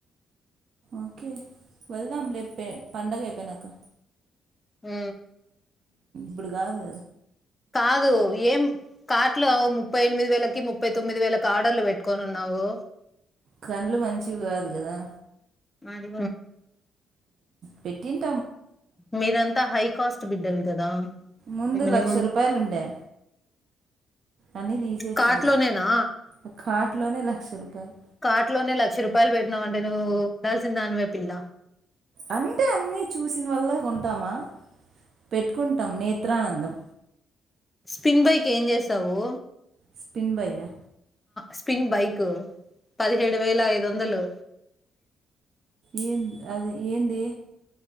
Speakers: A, on the right; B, on the left.
A: ఓకే వెళ్దాం లేపో పండగ అయిపోయాయి నాకు
B: హ
A: భడగ గద
B: కాదు ఏం కార్ లో ముప్పై ఎనిమిది వేలకి ముప్పై తొమ్మిది వేలకి ఆర్డర్లు పెట్టుకనిన్నావు
A: కళ్డ్లు మంచివి కాదు కదా
B: మది
A: పెట్టిన్
B: మీరంతా హైక్ కాస్ట్ బిడ్ల్ కదా
A: ముందు
B: అని
A: లక్ష రూపాయలు ఉండే అన్నీ తీసేసిన
B: కాట్ లోనేనా
A: ఒక కార్ట్లోనే లక్ష రూపాయలు
B: కార్ట్ లోనే లక్ష రూపాయలు పెట్టినావ అంటే నువ్వు ఉండాల్సిన దానివే పిల్ల
A: అంటే అన్ని చూసిన వల్ల కొంటామా పెట్టుకుంటాం నేత్రానందం
B: స్పిన్ బైక్ ఏం చేసావు
A: స్పిన్ బయ్యా
B: స్పిన్ బైక్ పదిహేడు వేల ఐదు వందలు
A: ఏన్ అది ఏంది